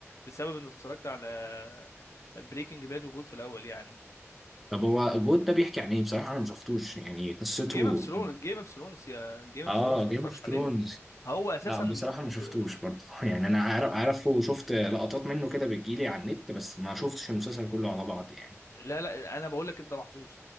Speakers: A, on the left (about 75°); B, in the centre.
A: بسبب انه اتفرجت على بريكنج باد وجود في الاول يعني
B: طب هو جود ده بيحكي عن إيه بصراحة أنا ما شفتوش يعني قصته
A: جيم اوف ثرونز جيم اوف ثرونز يا جيم اوف
B: آه
A: ثرونز
B: جيم
A: ما تتفرجش
B: اوف ثرونز
A: عليه هو اساسا
B: لا بصراحة ما شفتوش
A: ك-
B: برضه <laughs> يعني أنا عارف عارفه وشفت لقطات منه كده بتجيلي على النت بس ما شفتش المسلسل كله على بعض يعني
A: لا لا انا بقول لك انت محظوظ